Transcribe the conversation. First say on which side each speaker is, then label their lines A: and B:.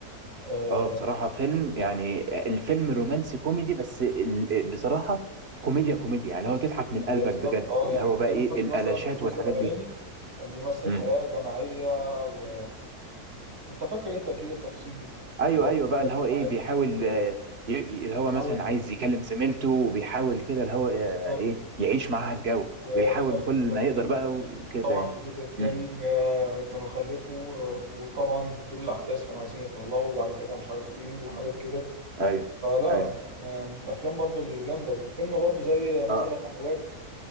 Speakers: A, on the right; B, on the right.
A: آه،
B: اه بصراحة فيلم يعني الفيلم رومانسي كوميدي بس ال- بصراحة كوميديا كوميديا يعني اللي هو تضحك من قلبك
A: هي بالظبط
B: بجد
A: اه
B: اللي
A: يعني
B: هو بقى
A: تامر
B: ايه
A: حسني
B: الالاشات
A: مثلا في الجزء
B: والحاجات
A: الاولاني
B: دي
A: كان بيمثل
B: مم.
A: حياه جماعيه و انت فاكر انت اكيد التفاصيل دي
B: ايوه
A: اللي
B: ايوه بقى
A: هو
B: اللي
A: الجماعيه
B: هو ايه بيحاول
A: هو
B: آه، ي- ي- اللي هو
A: بيحاول
B: مثلا عايز يكلم زميلته وبيحاول كده اللي هو آه،
A: بالظبط
B: ايه يعيش معاها الجو
A: وفي
B: ويحاول
A: الاخر
B: بكل ما
A: اتجوزوا
B: يقدر بقى وكده
A: وطبعا
B: يعني
A: في الجزء الثاني
B: مم.
A: كانوا خلفوا آه، وطبعا دور الاحداث كانوا عايزين يتطلقوا وبعد كده مش عارف ايه وحاجات
B: مم.
A: كده
B: ايوه
A: فلا
B: ايوه
A: من آه، من الافلام برضو الجامده وفيلم برضو زي مثلا
B: اه
A: اهواك